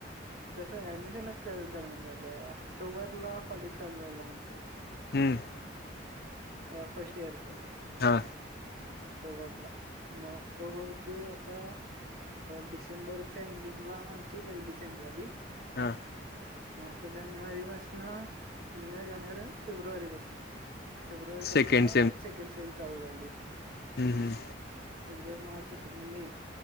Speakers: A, on the right; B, on the left.
A: तस ऍडमिशनच त्या दरम्यान झालंय ऑक्टोबर ला कॉलेज चालू झालं आमचं
B: हम्म
A: अ फर्स्ट इयर स
B: हा
A: ऑक्टोबरला मग ऑक्टोबर ते आता डिसेंबरच्या एंडिंगला आमची पहिली सेम झाली
B: हा
A: मात जानेवारी पाासन्या जानेवारी फेब्रुवारी पासून फेब्रुवारी पासून
B: सेकंड
A: सेकंड सेम चालू झाली
B: हम् हम्
A: फेब्रुवारी मार्च एप्रिल मे